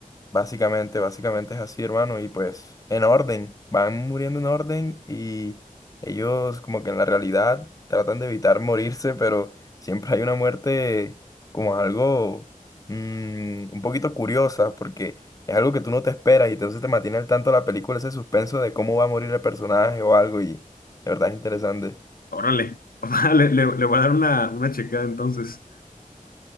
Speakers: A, on the left; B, on the left.
A: Básicamente, básicamente es así, hermano, y pues en orden, van muriendo en orden y ellos como que en la realidad tratan de evitar morirse, pero siempre hay una muerte como algo mm, un poquito curiosa, porque es algo que tú no te esperas y entonces te mantiene al tanto la película ese suspenso de cómo va a morir el personaje o algo y de verdad es interesante.
B: Órale, <laughs> le, le, le voy a dar una, una checada entonces.